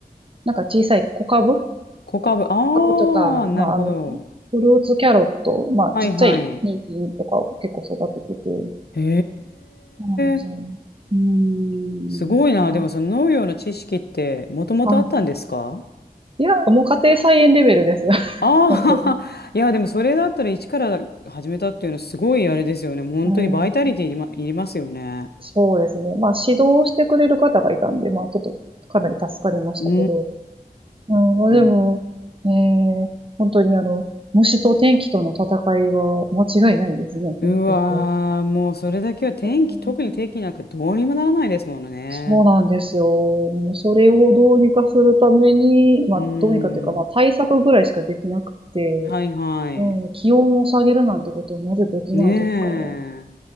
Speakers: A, on the right; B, on the left.
A: なんか小さい小株小
B: 小株、ああ、
A: 株とか、
B: なるほど。
A: まあ、あの、フルーツキャロット、まあ、
B: はいはい。
A: ちっちゃい人参とかを結構育ててて、
B: へ
A: そうなんですよ。
B: え、
A: うーん、
B: すごいな。
A: な、
B: でもその農業の知識ってもともとあったんですか
A: あ、いや、もう家庭菜園レベルです。<laughs>
B: ああー、
A: 本当に。
B: <laughs> いや、でもそれだったら一から始めたっていうのはすごいあれですよね。もう本当にバイタリティいりま、
A: うん、
B: いりますよね。
A: そうですね。まあ、指導してくれる方がいたんで、まあ、ちょっとかなり助かりましたけど、
B: うー
A: うん、まあでも、
B: ん。
A: ねえー、本当にあの、虫と天気との戦いは間違いないですね、
B: うわー、
A: この国は。
B: もうそれだけは天気、
A: うん
B: 特に天気なんかどうにもならないですものね。
A: そうなんですよ。もうそれをどうにかするために、まあどうにかっていうか、
B: うー
A: まあ対策ぐらいしかできなくて、
B: ん。はいはい。
A: ねえー気温を下げるなんてことはまずできないですから。
B: ねえ。